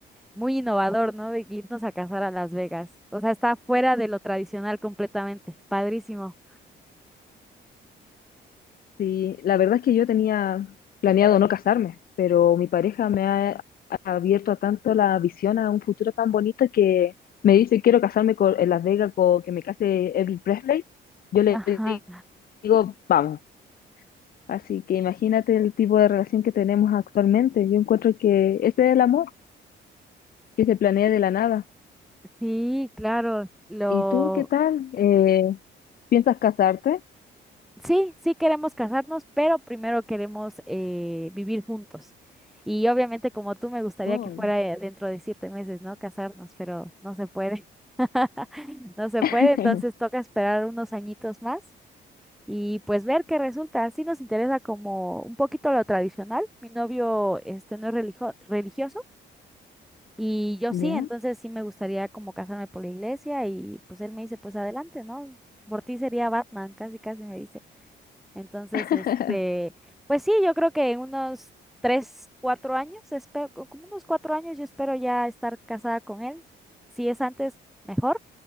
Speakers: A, in the centre; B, on the left.
A: muy innovador, ¿no? De irnos a casar a Las Vegas. O sea, está fuera de lo tradicional completamente. Padrísimo.
B: Sí, la verdad es que yo tenía planeado no casarme, pero mi pareja me ha abierto a tanto la visión a un futuro tan bonito que me dice quiero casarme con, en Las Vegas con que me case Elvis Presley. Yo le
A: <laughs> Ajá.
B: digo, vamos. Así que imagínate el tipo de relación que tenemos actualmente. Yo encuentro que este es el amor que se planea de la nada.
A: Sí, claro. Lo
B: ¿Y tú qué tal? Eh, ¿piensas casarte?
A: Sí, sí queremos casarnos, pero primero queremos eh, vivir juntos. Y obviamente como tú me gustaría
B: Oh,
A: que fuera eh, dentro de siete meses, ¿no? Casarnos, pero no se puede. <laughs> No se
B: <laughs>
A: puede, entonces toca esperar unos añitos más y pues ver qué resulta. Sí nos interesa como un poquito lo tradicional. Mi novio este no es religio- religioso y yo
B: ya.
A: sí, entonces sí me gustaría como casarme por la iglesia y pues él me dice, pues adelante, ¿no? Por ti sería Batman, casi casi me dice. Entonces,
B: <laughs>
A: este, pues sí, yo creo que en unos tres, cuatro años, espero, co- como unos cuatro años, yo espero ya estar casada con él. Si es antes, mejor.